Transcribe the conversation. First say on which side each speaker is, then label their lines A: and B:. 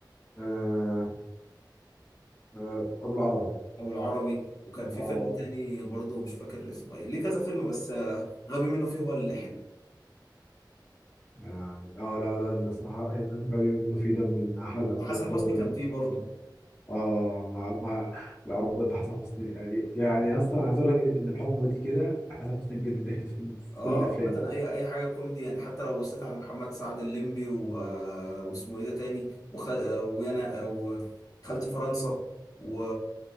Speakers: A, on the left (about 25°); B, on the left (about 50°).
A: آه آه ابو العربي
B: ابو العربي وكان في
A: اه
B: فيلم تاني برضه مش فاكر اسمه ايه ليه كذا فيلم بس آه، غبي منه فيه هو اللي حلو
A: يعني اه لا ده الصراحة غبي منه فيه ده من احلى
B: وحسن
A: الافلام برضه
B: حسني كان فيه برضه
A: اه مع مع لا هو بجد حسن حسني يعني اصلا عايز اقول لك ان الحقبه دي كده حسن حسني بجد داخل في في
B: اه
A: كل الافلام
B: عامة اي اي حاجة كوميدي يعني حتى لو بصيت على محمد سعد الليمبي و... آه، واسمه ايه ده تاني وخ... آه، ويانا آه، وخالتي فرنسا و...